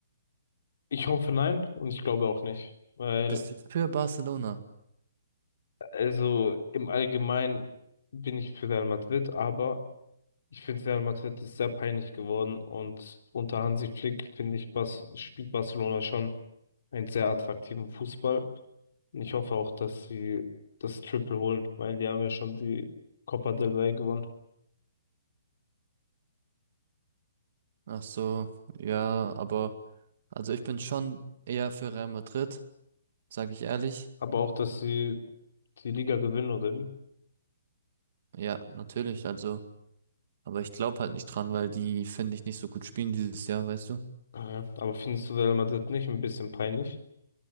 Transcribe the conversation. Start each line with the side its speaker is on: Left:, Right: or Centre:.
Left: Ich hoffe nein und ich glaube auch nicht. Weil
Right: Bist du für Barcelona?
Left: Also im Allgemeinen bin ich für Real Madrid, aber ich finde Real Madrid ist sehr peinlich geworden und unter Hansi Flick finde ich, Bas spielt Barcelona schon einen sehr attraktiven Fußball. Und ich hoffe auch, dass sie das Triple holen, weil die haben ja schon die Copa del Rey gewonnen.
Right: Ach so, ja, aber also ich bin schon eher für Real Madrid, sage ich ehrlich.
Left: Aber auch, dass sie die Liga gewinnen, oder wie?
Right: Ja, natürlich, also, aber ich glaube halt nicht dran, weil die finde ich nicht so gut spielen dieses Jahr, weißt du?
Left: Ja, aber findest du Real Madrid nicht ein bisschen peinlich?